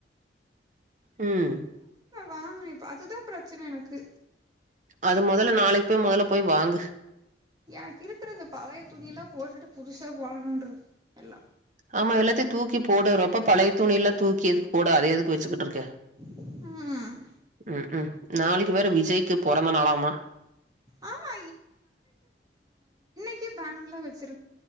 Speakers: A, on the right; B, on the right.
A: ம்
B: வாங்கனு இப்ப அதுதா பிரச்சன எனக்கு
A: அது மொதல்ல நாளைக்கி போய் மொதல்ல போய் வாங்கு
B: எனக்கு இருக்குற இந்த பழய துணி எல்லா போட்டுட்டு புதுசா போடணுன்னுருக்கு எல்லா
A: ஆமா எல்லாத்தயு தூக்கி போடு ரொம்ப பழய துணில்லா தூக்கி எதுக்கு போட அத எதுக்கு வச்சிகிட்டு இருக் க்க
B: ம்
A: ம் ம் நாளைக்கி வேற விஜய்க்கு பொறந்த நாளாமா
B: ஆமா கி பேனர்ல வச்